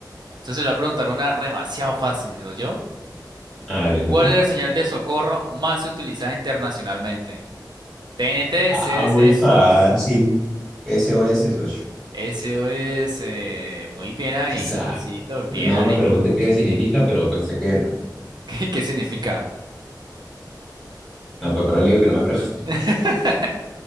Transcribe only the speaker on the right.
Entonces le voy a preguntar una demasiado fácil, yo?
¿Cuál es la señal de socorro más utilizada internacionalmente? T T N T,
C TNT,
CDC, SOS.
SOS. eh, Muy bien ahí,
Sosito, bien
ahí.
<laughs> ¿Qué, qué significa?
<laughs>